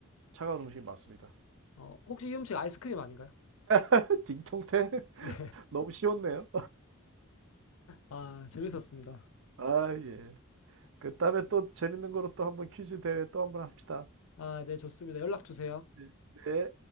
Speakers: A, on the right (about 65°); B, on the left (about 75°).
A: 차가운 음식 맞습니다.
B: 어, 혹시 이 음식 아이스크림 아닌가요?
A: <laughs> 딩통태
B: <laughs>
A: <laughs>
B: 네.
A: 너무 쉬웠네요.
B: 아, 재밌었습니다.
A: 아, 예. 그 다음에 또 재밌는 거로 또 한번 퀴즈 대회 또 한번 합시다.
B: 아, 네, 좋습니다. 연락 주세요.
A: 네. 네.